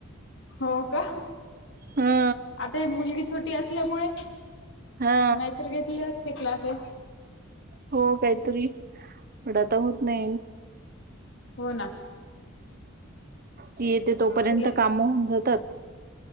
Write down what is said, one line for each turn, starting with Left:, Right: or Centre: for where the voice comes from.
Left: हो का
Right: हा
Left: आता हे मुलगी छोटी असल्यामुळे
Right: हा
Left: नाहीतर घेतले असते क्लासेस
Right: हो काहीतरी पड आता होत नाही
Left: हो ना
Right: ती येते तोपर्यंत
Left: तिला
Right: काम होऊन जातात